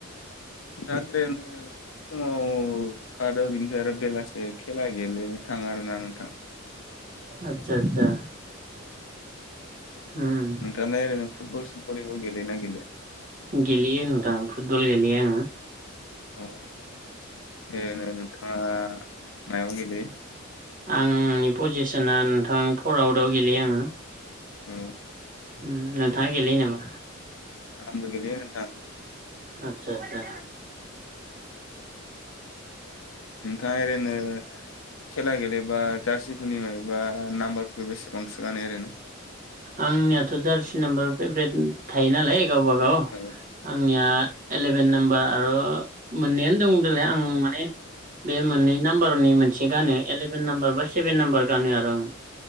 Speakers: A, on the left; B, on the right.
A: <inaudible> फुङाव खारो बिनिफ्राय आरो बेलासे खेला गेलेनो थाङो आरोना नोंथां।
B: आतसा आतसा ओम।
A: दाना ओरैनो फुटबल भलिबल गेलेयो ना गेलेया?
B: गेलेयो नोंथां फुटबल गेलेयो आङो।
A: अ एरैनो नोंथाङा मायाव गेलेयो?
B: आंनि फजेसना नोंथां फर आवट आव गेलेयो आङो।
A: अ
B: उम नोंथाङा गेलेयो नामा?
A: आंबो गेलेयो नोथां।
B: आतसा आतसा।
A: नोंथाङा ओरैनो खेला गेलेबा जारसिफोरनि माबेबा नाम्बारफोरखौ बेसेबांसो गानो ओरैनो?
B: आंनियाथ' जारसि नाम्बार फेभरेट थायो नालाय गावबागाव
A: औ
B: आंनिया एलेभेन नाम्बार आर' मोननैयानो दं देलाय आं माने बे मोननै नाम्बारनि मोनसे गानो एलेभेन नाम्बार बा सेभेन नाम्बार गानो आरो आं।